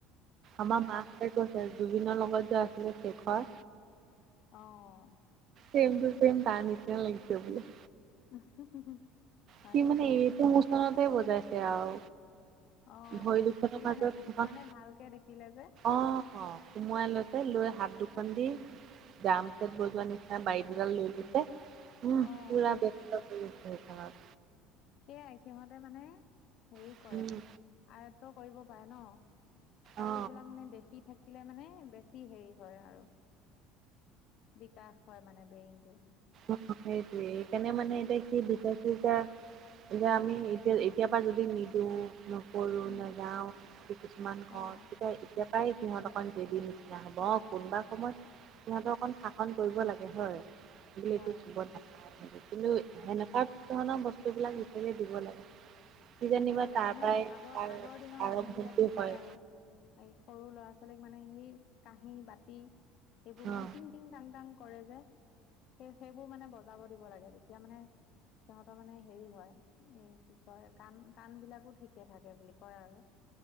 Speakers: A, on the right; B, on the left.
A: আমাৰ মাক তাই কৈছে জুবিনৰ লগত যে আছিলে শেখৰ
B: অঁ
A: চেমটো চেমই তাৰ নিচিনা লাগিছে বোলে।
B: <unintelligible>
A: সি
B: নেকি?
A: মানে এইটো মুচনতে বজাইছে আও।
B: অ',
A: ভৰি দুখনৰ
B: সি
A: মাজত
B: মানে
A: থম,
B: মানে ভালকে দেখিলে যে
A: অঁ সোমোৱাই লৈছে, লৈ হাত দুখন দি ড্ৰাম চেট বজোৱাৰ নিচিনা মাৰি দুডাল লৈ লৈছে। উমহ
B: অ',
A: পুৰা ব্যস্ত হৈ আছে ঘৰত।
B: সেয়াই সিহঁতে মানে হেৰি
A: উম
B: কৰে আয়ত্ব কৰিব পাৰে ন। আৰু
A: অ
B: এইবিলাক মানে দেখি থাকিলে মানে বেছি হেৰি হয় আৰু, বিকাশ হয় মানে ব্ৰেইনটো।
A: অঁ সেইটোৱে সেইকাৰণে মানে এতিয়া সি বিচাৰিছে যেতিয়া যে আমি এতিয়া এতিয়াৰ পৰা যদি নিদিওঁ। নকৰো
B: উম,
A: নাযাওঁ কিছুমান ঘৰত
B: অ',
A: তাই এতিয়া পৰাই সিহঁত অকণ জেদিৰ নিচিনা হ'ব, অঁ কোনোবা সময়ত সিহঁতক অকন শাসন কৰিব লাগে হয়। টো
B: হয়
A: কিন্তু
B: উম, উম।
A: সেনেকুৱা ধৰণৰ বস্তুবিলাক দেখিলে দিব লাগে। কিজানিবা
B: দিব লাগে
A: তাৰ
B: মানে,
A: পৰাই
B: আগৰ
A: তাৰ
B: আগৰ দিনৰ
A: আৰম্ভণিটো
B: মানুহ বিলাকে
A: হয়
B: কয় আৰু। এই সৰু ল'ৰা ছোৱালীক মানে সেই কাঁহী বাতি এইবোৰ মানে
A: অ
B: তিং তিং তাং তাং কৰে যে, সেইবোৰ মানে বজ জাব দিব লাগে। তেতিয়া মানে সিহঁতৰ মানে হেৰি হয় এই কি কয় কাণ কাণ বিলাকো ঠিকে থাকে বুলি কয় আৰু।